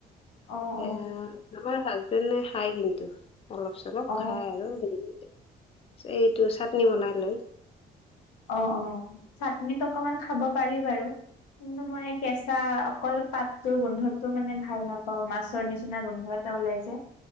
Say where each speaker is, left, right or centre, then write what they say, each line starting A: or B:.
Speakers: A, on the left; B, on the left.
A: অ
B: সে
A: অ
B: আমাৰ হাজবেণ্ড এ খাই কিন্তু। অলপ চলপ
A: অ
B: খাই আৰুতি এইটো চাটনি
A: অ
B: বনাই লৈ।
A: অ', অ', চাটনিত অকমান খাব পাৰি বাৰু। কিন্তু মই কেঁচা অকল পাত ত গোন্ধতো মানে ভাল নাপাওঁ মাছৰ নিচিনা গোন্ধ এটা ওলাই যে।